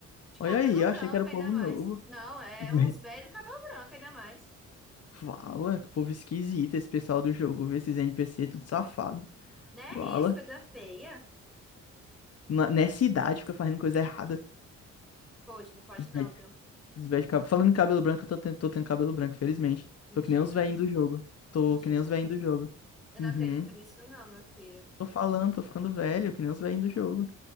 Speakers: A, in the centre; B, on the left (about 55°).
A: De
B: Olha
A: cabelo
B: aí, eu
A: branco,
B: achei que era o
A: ainda
B: povo
A: mais.
B: novo.
A: Não, é
B: <laughs> Vé,
A: uns véi do cabelo branco, ainda mais.
B: Fala, que povo esquisito esse pessoal do jogo. Vê esses NPC tudo safado.
A: Não é
B: Fala.
A: isso, coisa feia.
B: Na- Nessa idade fica fazendo coisa errada.
A: Pode, não pode
B: Os velhos,
A: não, viu?
B: os velhos de cab- Falando em cabelo branco, eu tô tendo, tô tendo cabelo branco, felizmente.
A: Mentira.
B: Tô que nem os velhinhos do jogo. Tô
A: Mentira.
B: que nem os velhinhos do jogo.
A: Eu não
B: Uhum.
A: acredito nisso, não, meu filho.
B: Tô falando, tô ficando velho, que nem os velhinhos do jogo.